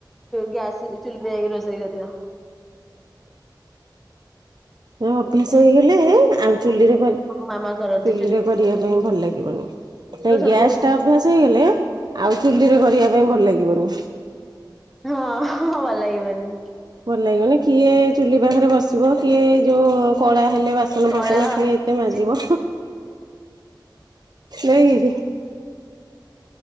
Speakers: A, in the centre; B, on the right.
A: ଗ୍ୟାସ ଚୁଲିରେକି ରୋଷେଇ କରିବ।
B: ହ ଅଭ୍ୟାସ ହେଇଗଲେ ଆଉ ଚୁଲିରେ କରେ।
A: ମାମା କରନ୍ତି
B: ଚୁଲିରେ କରିବା ପାଇଁ ଭଲ ଲାଗିବନି କାଇ
A: ସବୁ
B: ଗ୍ୟାସ୍
A: ହଁ
B: ଟା ଅଭ୍ୟାସ ହେଇଗଲେ ଆଉ ଚୁଲିରେ କରିବା ପାଇଁ ଭଲ ଲାଗିବନି।
A: ହଁ ହଁ ଭଲ ଲାଗିବନି
B: ଭଲ ଲାଗିବନି କିଏ ଚୁଲି ପାଖରେ ବସିବ କିଏ ଏଇ ଯୋଉ କଳା। ହେଲେ ବାସନ
A: କଳା
B: ବାାସନ କିଏ ଏତେ
A: ହଉଛି
B: ମାଜିବ। ନେଇ।